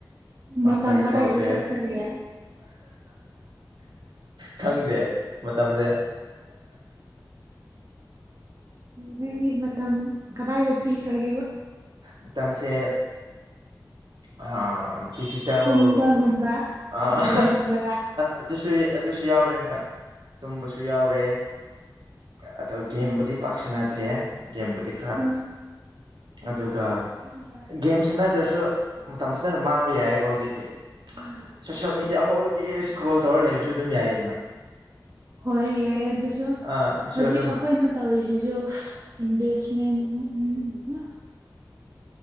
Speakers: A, on the right; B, on the right.
A: ꯃꯥꯁꯇꯔꯤ
B: ꯃꯇꯝ ꯀꯗꯥꯏꯗ
A: ꯇꯧꯗ꯭ꯔꯦ
B: ꯆꯠꯈ꯭ꯔꯒꯦ
A: ꯈꯪꯗꯦ ꯃ ꯃꯥꯇꯝꯖꯦ
B: ꯅꯪꯒꯤ ꯃꯇꯝ ꯀꯗꯥꯏꯗ ꯄꯤꯈ꯭ꯔꯒꯦꯕ
A: ꯃꯇꯝꯁꯦ ꯑ ꯗꯤꯖꯤꯇꯦꯜ
B: ꯇꯨꯝꯕꯒꯨꯝꯕ
A: ꯑ
B: ꯒꯦꯝꯒꯨꯝꯕꯔ
A: ꯑꯗꯨꯁꯨ ꯑꯗꯨꯁꯨ ꯌꯥꯎꯔꯦ ꯍꯣꯏ ꯇꯨꯝꯕꯁꯨ ꯌꯥꯎꯔꯦ ꯑꯗꯣ ꯒꯦꯝꯕꯨꯗꯤ ꯄꯥꯛ ꯁꯅꯗ꯭ꯔꯦ ꯒꯦꯝꯕꯨꯗꯤ ꯈꯔ
B: ꯎꯝ ꯍꯣꯏ
A: ꯑꯗꯨꯒ ꯒꯦꯝ ꯁꯥꯟꯅꯗ꯭ꯔꯁꯨ
B: ꯌꯥꯏ
A: ꯃꯇꯝ ꯐꯖꯅ ꯃꯥꯡꯕ ꯌꯥꯏꯑꯕ ꯍꯧꯖꯤꯛꯇꯤ
B: ꯑꯗꯨꯁꯨ
A: ꯁꯣꯁꯦꯜ ꯃꯦꯗꯤꯌꯥ ꯍꯣꯜ ꯗꯦ
B: ꯍꯧꯖꯤꯛ
A: ꯏꯁꯀ꯭ꯔꯣꯜ ꯇꯧꯔ ꯂꯩꯕꯁꯨ ꯑꯗꯨꯝ ꯌꯥꯏꯗꯅ
B: ꯑꯩꯈꯣꯏꯅ
A: ꯑꯥ ꯑꯗꯨꯁꯨ
B: ꯇꯧꯔꯤꯁꯤꯁꯨ
A: ꯑꯗꯨꯝ
B: ꯏꯟꯚꯦꯁꯃꯦꯟ ꯎꯝ